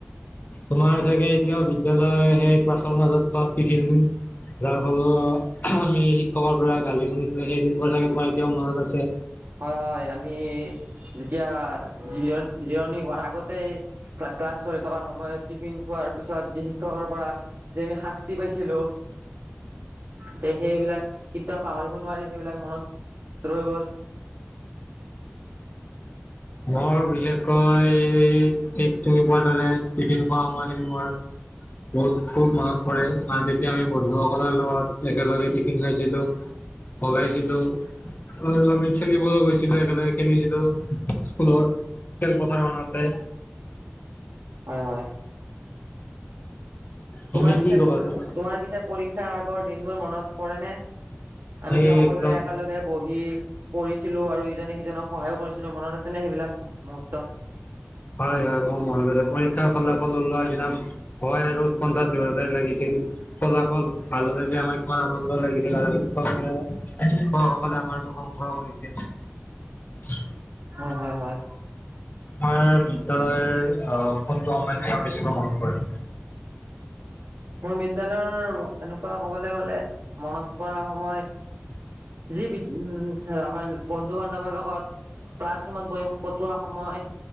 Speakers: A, on the left (about 45°); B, on the right (about 65°).
A: তোমাৰ চাগে এতিয়াও বিদ্যালয় সেই ক্লাছৰ মাজত খোৱা টিফিন যাৰ ফলত আমি শিক্ষকৰ পৰা গালি শুনিছিলো সেই দিনবোৰ চাগে তোমাৰ এতিয়াও মনত আছে।
B: হয়, হয় আমি যেতিয়া জিৰণ-জিৰণি হোৱা আগতে ক্লাছ চলি থকা সময়ত টিফিন খোৱাৰ পিছত যি শিক্ষকৰ পৰা যে আমি শা তি পাইছিলোঁ। তে সেইবিলাক কিতাপ পাহৰিব নোৱাৰি সেইবিলাক মনত ৰৈ গ'ল।
A: মোৰ বিশেষকৈ ঠিক তুমি কোৱাৰ দৰে টিফিন খোৱা সময়খিনি মোৰ বহুত খুব মনত পৰে কাৰণ তেতিয়া আমি বন্ধুসকলৰ লগত একেলগে টিফিন খাইছিলোঁ ভগাইছিলো আৰু আমি খেলিবলৈ গৈছিলো, একেলগে খেলিছিলোঁ। স্কুলৰ খেলপথাৰখনতে।
B: হয় হয়।
A: তুমি
B: তোমাৰ পিছে
A: কি ক'বা
B: তোমাৰ
A: তো
B: পিছে পৰীক্ষাৰ আগৰ দিনবোৰ মনত পৰেনে? আমি
A: এই
B: যে সকলোৱে
A: একদম
B: একেলগে বহি পঢ়িছিলো আৰু ইজনে সিজ জনক সহায়ো কৰিছিলো মনত আছে নে সেইবিলাক মুহূৰ্ত?
A: হয় হয় মোৰ মনত আছে পৰীক্ষাৰ ফলাফল ওলোৱাৰ দিনা ভয় আৰু উৎকণ্ঠা দুয়োটাই লাগিছিল। ফলাফল ভাল হলে যে আমাৰ কিমান আনন্দ লাগিছিল আৰু শিক্ষকে শিক্ষকসকলে আমাৰ প্ৰশংসাও কৰিছিল। <inaudible>
B: হয় হয় হয়।
A: আমাৰ বিদ্যালয়ৰ অ' কোনটো <unintelligible> বেছিকৈ মনত পৰে?
B: মোৰ বিদ্যয়ালয়ৰ এনেকুৱা ক'বলৈ গলে মনত পৰা সময় যি বি ছাৰ আমাৰ বন্ধু বান্ধৱৰ লগত ক্লাছ ৰুমত বহি কটোৱা সময়,